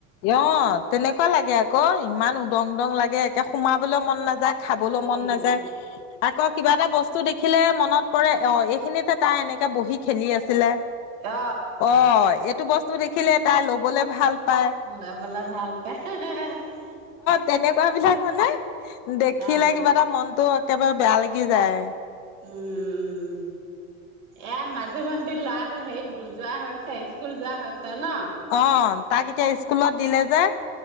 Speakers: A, on the left (about 65°); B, on the right (about 75°).
A: অ তেনেকুৱা লাগে আকৌ ইমান উদং দং লাগে একে সোমাবলৈ মন নাযায়। খাবলৈ
B: উম
A: মন নাযায় আকৌ কিবা এটা বস্তু বস্তু দেখিলে মনত পৰে অ এইখিনিতে তাই এনেকে বহি খেলি আছিলে।
B: অ
A: অ এইটো বস্তু দেখিলে তাই ল'বলে ভাল পায় অ
B: লবলে ভাল পাই
A: তেনেকুৱা বিলাক হলে দেখিলে
B: অ
A: কিবা এটা মনটো একেবাৰে বেয়া লাগি যায়
B: উম এয়া মাজু ভন্টিৰ ল'ৰাটো হেৰিত যোৱা হৈছে স্কুল যোৱা হৈছে ন
A: অ তাক এতিয়া স্কুলত দিলে যে